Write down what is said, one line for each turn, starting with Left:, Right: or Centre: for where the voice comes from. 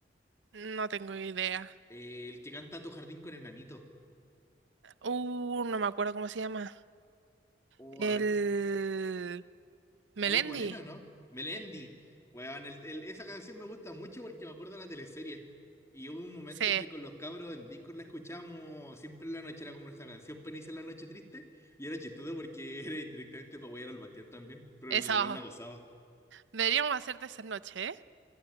Right: No tengo idea.
Left: Eh, el que canta Tu jardín con enanito.
Right: Uh, no me acuerdo cómo se llama.
Left: Oh,
Right: El...
Left: a ver,
Right: Melendi.
Left: Algo con M, ¿o no? Melendi. Weón, el- el- esa canción me gusta mucho porque me acuerdo de la teleserie. Y hubo un momento
Right: Sí,
Left: donde con los cabros en Discord la escuchábamos siempre en la noche, era como nuestra canción Penisa en la noche triste. Y era chistoso porque <laughs> era indirectamente para huear al Bastián también, pero
Right: eso.
Left: el weón la gozaba.
Right: Deberíamos hacerte esa noche, ¿eh?